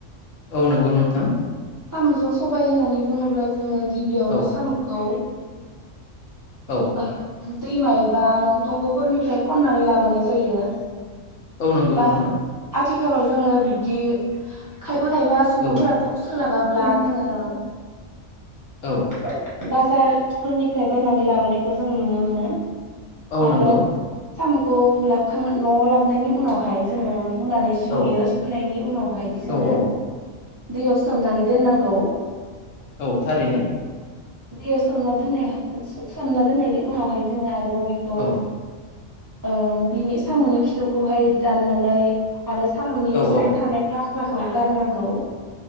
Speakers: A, on the left (about 75°); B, on the right (about 15°).
A: औ नंगौ नोंथां
B: साम'जों सबाय होननानै बुङोब्ला। जोङो गिबियावनो
A: औ
B: साम'खौ
A: औ
B: ओ दैमा एबा दंग'फोरनिफ्राय खन्नानै लाबोनाय जायो।
A: औ नंगौ
B: बा
A: नोंथां
B: आथिखालाव जोङो बिबदि खाय फाखायबा सुबुंफोराथ'
A: औ
B: सोलाबाब्ला जोङो।
A: औ
B: औ बाजार फोरनिफ्राय बायनानै लाबोनायखौ जों नुनो मोनो।
A: औ
B: आरो
A: नंगौ।
B: साम'खौ लाबोखां न'आव लाबनायनि उनावहाय जोङो। होनुनानै सुयो
A: औ
B: सुनायनि उनावहाय जोङो।
A: औ औ
B: दैयाव सोमनानै दोननांगौ।
A: औ थारैनो।
B: दैयाव सोमना दोननाय सोमना दोननायनि उनावहाय जोङो। आरोबाव बेखौ
A: औ
B: ओ बिनि साम'नि खि थौखौहाय दाननानै आरो साम'नि
A: औ
B: सायाव
A: औ
B: थानाय बाख्लाखौ गारनांगौ।